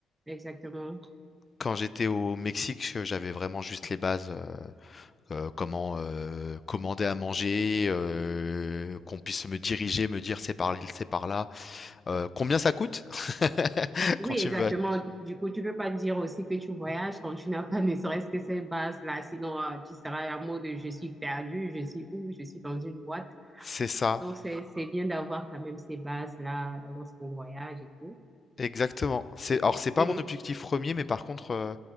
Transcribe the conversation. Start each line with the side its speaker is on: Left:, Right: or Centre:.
Right: Exactement.
Left: quand j'étais au Mexique, j'avais vraiment juste les bases. euh, euh, comment euh, commander à manger, euh, qu'on puisse me diriger, me dire c'est par l'île, c'est par là. Euh, combien ça coûte <laughs>
Right: Oui,
Left: quand tu
Right: exactement.
Left: veux?
Right: Du coup, tu peux pas dire aussi que tu voyages quand tu n'as pas ne serait-ce que ces bases-là, sinon euh, tu seras à mot de je suis perdu, je suis où, je suis dans une boîte.
Left: C'est ça,
Right: Donc, c'est, c'est bien d'avoir quand même ces bases-là lorsqu'on voyage et tout.
Left: exactement. C'est, alors c'est pas
Right: Et,
Left: mon objectif premier, mais par contre, euh,